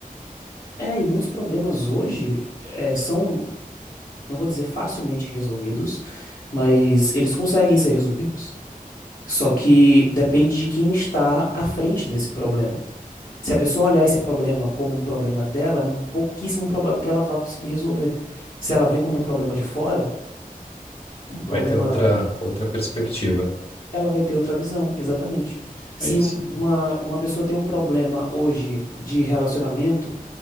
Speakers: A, on the left; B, on the left.
A: é, e muitos problemas hoje é, são, não vou dizer facilmente resolvidos, mas eles conseguem ser resolvidos. Só que depende de quem está à frente desse problema. Se a pessoa olhar esse problema como um problema dela, é pouquíssimo provável que ela vá conseguir resolver. Se ela vê como um problema de fora, um problema,
B: Vai ter outra, outra perspectiva.
A: ela vai ter outra visão, exatamente. Se
B: É isso.
A: uma, uma pessoa tem um problema hoje de relacionamento,